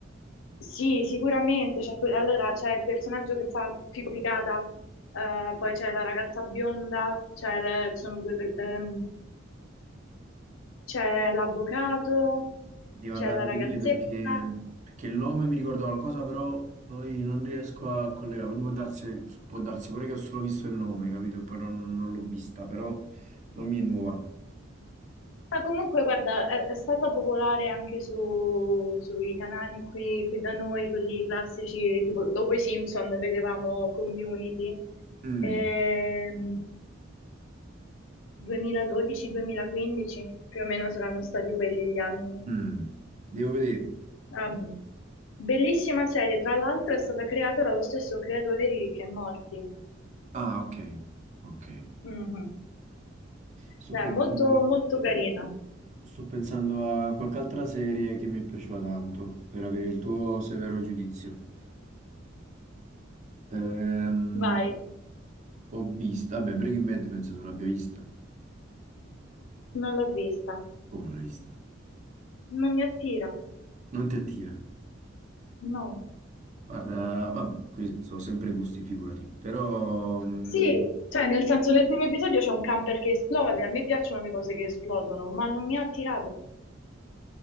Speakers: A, on the left; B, on the right.
A: Sì, sicuramente. c'è que- allora c'è il personaggio che fa Fico Picata, eh, poi c'è la ragazza bionda, c'è le- sono due per- ehm, c'è l'avvocato,
B: Devo
A: c'è
B: andare
A: la
B: a
A: ragazzetta.
B: rivedere perché, perché il nome mi ricorda qualcosa, però poi non riesco a collegare. Quindi può darsi, può darsi pure che ho solo visto il nome, capito? E poi non, non l'ho vista, però non mi è nuova.
A: Ma comunque, guarda, è, è stata popolare anche su- sui canali qui, qui da noi, quelli classici, tipo dopo i Simpson vedevamo Community,
B: Mm,
A: ehm, 2012-2015, più o meno saranno stati quelli gli anni.
B: mm. Devo vedere.
A: Ah, bellissima serie, tra l'altro è stata creata dallo stesso creatore di Rick e Morty.
B: Ah, ok. Ok.
A: Mhm.
B: Sto
A: Beh,
B: pensando,
A: molto, molto carina.
B: sto pensando a qualche altra serie che mi è piaciuta tanto, per avere il tuo severo giudizio. Ehm,
A: Vai,
B: ho visto, vabbè, Breaking Bad penso tu l'abbia vista.
A: non l'ho vista,
B: Come non l'hai vista?
A: non mi attira,
B: Non ti attira?
A: no.
B: Guarda, vabbè, qui sono sempre gusti, figurati, però... mh,
A: Sì, cioè nel senso nel primo episodio c'è un camper che esplode, a me piacciono le cose che esplodono, ma non mi ha attirato.